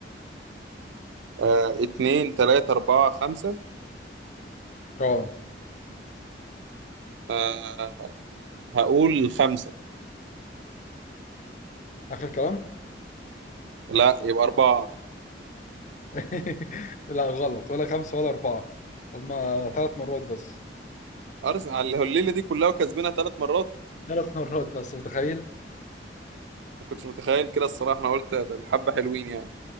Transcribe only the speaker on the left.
اه
اخر كلام
<laughs> لا غلط ولا خمسه ولا اربعه هما ثلاث مرات بس
ثلاث مرات بس متخيل